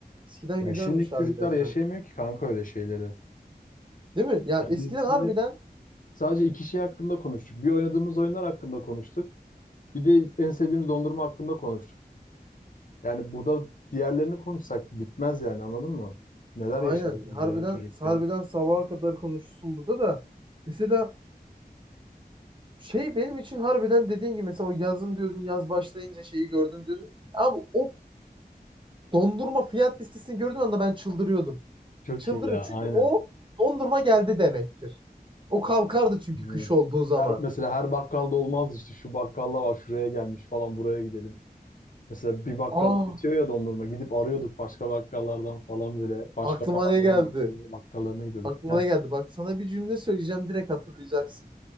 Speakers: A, on the right; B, on the left.
A: Eskiden
B: Ya
A: güzelmiş
B: şimdiki çocuklar
A: harbiden
B: yaşayamıyor
A: yani.
B: ki kanka öyle şeyleri.
A: Değil mi? Ya
B: Ya
A: eskiden
B: biz
A: harbiden
B: şimdi sadece iki şey hakkında konuştuk. Bir oynadığımız oyunlar hakkında konuştuk. Bir de en sevdiğimiz dondurma hakkında konuştuk. Yani burada diğerlerini konuşsak bitmez yani anladın mı? Neler
A: aynen
B: yaşadık biz
A: harbiden
B: ya çocukken.
A: harbiden sabaha kadar konuşursun burada da. Mesela Şey benim için harbiden dediğin gibi mesela o yazın diyordun yaz başlayınca şeyi gördüm diyordun. Abi o dondurma fiyat listesini gördüğüm anda ben çıldırıyordum.
B: Çok
A: Çıldırıyor
B: iyi ya
A: çünkü
B: aynen.
A: o dondurma geldi demektir. O kalkardı çünkü
B: Ee,
A: kış olduğu zaman.
B: Her, mesela her bakkalda olmaz işte şu bakkalda var şuraya gelmiş falan buraya gidelim. Mesela bir bakkalda
A: Aa
B: bitiyor ya dondurma gidip arıyorduk başka bakkallardan falan böyle başka
A: aklıma
B: mahallenin
A: ne geldi?
B: bakkalı- bakkallarına gidiyorduk.
A: Aklıma
B: Heh.
A: ne geldi? Bak sana bir cümle söyleyeceğim direkt hatırlayacaksın.